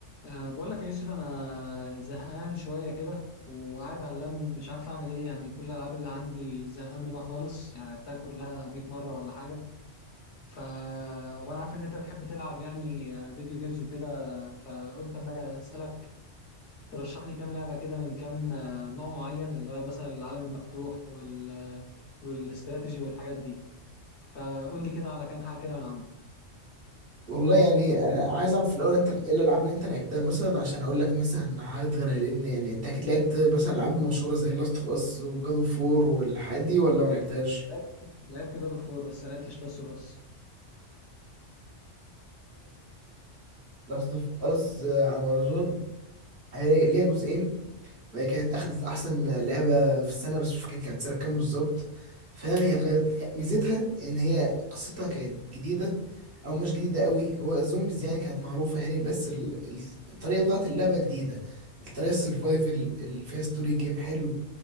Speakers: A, on the left; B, on the right.
A: أه بقول لك يا يوسف انا زهقان شويه كده وقاعد على اللم مش عارف اعمل ايه يعني كل الالعاب اللي عندي زهقان منها خالص يعني لعبتها كلها 100 مره ولا حاجه ف وانا عارف ان انت بتحب تلعب يعني آه، فيديو جيمز وكده فقلت اما اجي اسالك ترشح لي كام لعبه كده من كام آه، نوع معين اللي هو مثلا العالم المفتوح وال آه، والاستراتيجي والحاجات دي فقول لي كده على كام حاجه كده من عندك
B: والله يعني انا أنا عايز اعرف الاول انت ايه الالعاب اللي انت لعبتها مثلا عشان اقول لك مثلا حاجات غيرها لان يعني انت اكيد لعبت مثلا العاب مشهوره زي لاست اوف اس وجاد اوف وور والحاجات دي ولا ما لعبتهاش؟
A: لعبت لعبت جاد اوف وور بس ما لعبتش لاست اوف اس
B: لاست اوف اس على امازون هي ليها جزئين وهي كانت أخدت أحسن لعبة في السنة بس مش فاكر كانت سنة كام بالظبط فاهم هي كانت ميزتها إن هي قصتها كانت جديدة أو مش جديدة قوي هو الزومبيز يعني كانت معروفة يعني بس ال- ال- الطريقة بتاعت اللعبة جديدة الطريقة السرفايفل اللي فيها ستوري جيم حلو